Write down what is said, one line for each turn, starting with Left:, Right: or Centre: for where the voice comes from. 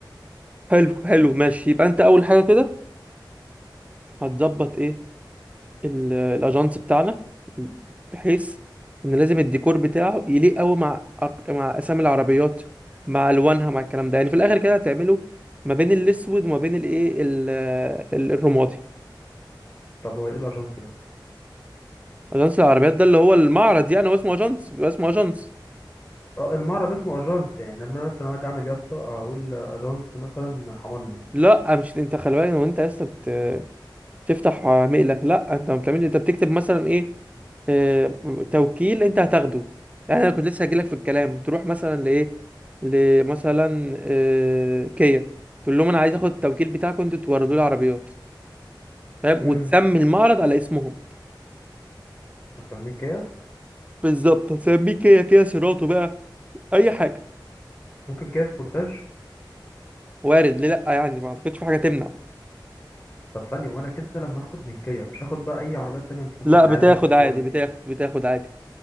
Right: حلو حلو ماشي يبقى أنت أول حاجة كده هتظبط إيه ال- الأجانس بتاعنا بحيث إن لازم الديكور بتاعه يليق أوي مع أر- مع أسامي العربيات مع ألوانها مع الكلام ده يعني في الآخر كده هتعمله ما بين الأسود وما بين الإيه ال- ال- الرمادي
Left: طب هو ايه الاجانس ده
Right: أجانس العربيات ده اللي هو المعرض يعني هو اسمه أجانس بيبقى اسمه أجانس
Left: اه المعرض اسمه اجانس يعني لما انا مثلا اجي اعمل يافطه اقول اجانس مثلا حمني
Right: لا مش انت خلي بالك وانت يا اسطى بت... بتفتح مقلة لا انت ما بتعملش انت بتكتب مثلا ايه آه، توكيل انت هتاخده يعني انا كنت لسه هجيلك في الكلام تروح مثلا لايه لمثلا آه، كيا تقول لهم انا عايز اخد التوكيل بتاعكم انتوا توردوا لي عربيات فاهم
Left: امم
Right: وتسمي المعرض على اسمهم
Left: اسميه كيا
Right: بالظبط هتسميه كيا كيا سيراتو بقى اي حاجه
Left: ممكن كيا سبورتاج
Right: وارد ليه لا يعني ما اعتقدش في حاجه تمنع
Left: طب ثانيه وانا كده لما اخد من كيا مش هاخد بقى اي عربيات تانية مش مثلا
Right: لا بتاخد
Left: عايز اخد
Right: عادي
Left: بي واي دي
Right: بتاخد بتاخد عادي